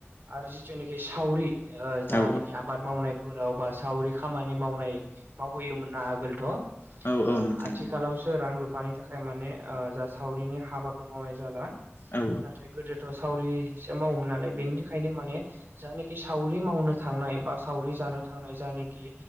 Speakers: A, on the right; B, on the left.
A: आरो जिथुनाखि सावरि जेने
B: औ
A: आबाद मावनायफोराव बा सावरि खामानि मावनाय मावहैयोमोन ना आगोलथ'।
B: औ
A: आथिखालाव
B: औ नोंथां नंगौ
A: रां रुफानि थाखाय माने जा सावरिनि हाबाखौ मावनाय जाला
B: औ
A: नाथाय गोदो सावरिसो मावोमोननानै बेनि बिखायनो माने जानखि सावरि मावनो थांनाय बा सावरि जानो थांनाय जानाखि